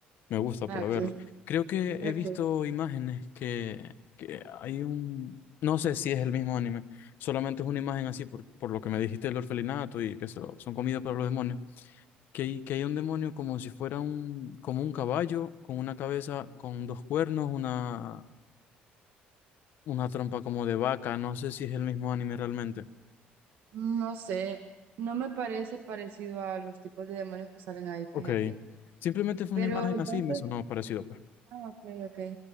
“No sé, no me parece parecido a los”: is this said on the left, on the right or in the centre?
Right